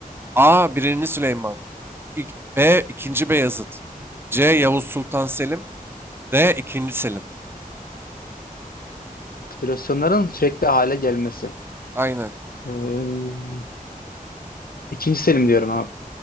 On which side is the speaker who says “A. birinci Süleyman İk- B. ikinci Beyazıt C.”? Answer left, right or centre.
Right